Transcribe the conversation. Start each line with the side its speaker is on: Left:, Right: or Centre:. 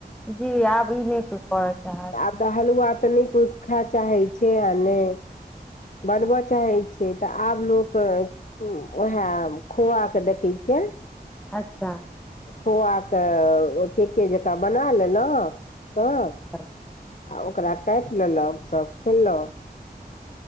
Centre: जी आब ई नहि कोय करऽ चाहब
Left: आब त हलुआ तऽ नहि खाय चाहै छै आ नहि बनब चाहै छैै तऽ आब लोक उएह खुआ के देखैत छियै
Centre: अच्छा
Left: खोआ कऽ केके जकाँ बना लेलौ सब
Centre: अच्छा
Left: आ ओकरा काटि लेलक सब खेलक